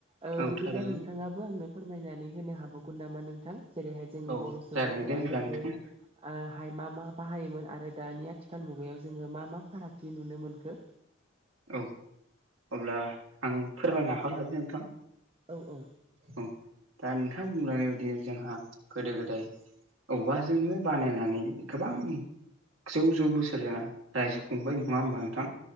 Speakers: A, on the right; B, on the right.
A: ओ
B: औ
A: बिदिब्ला
B: थारैनो
A: नोंथाङा बो आंनो फोरमायनानै होनो हाबावगोन नामा नोंथां जेरैहाय जोंनि
B: औ
A: बर' सुबुंफोरा
B: जागोन दे होमब्ला
A: गोदो
B: नोंथां
A: हाय मा मा बाहायोमोन आरो दानि आथिखाल मुगायाव जोङो मा मा फारागथि नुनो मोनखो
B: औ अब्ला आं फोरमायनो आखायाव लानि नोंथां
A: औ-औ
B: औ दा नोंथां बुंलांनाय बायदि जोंहा गोदो गोदाय औवाजोंनो बानायनानै गोबां जौ-जौ बोसोर जों रायजो खुंबाय नङा होमबा नोंथां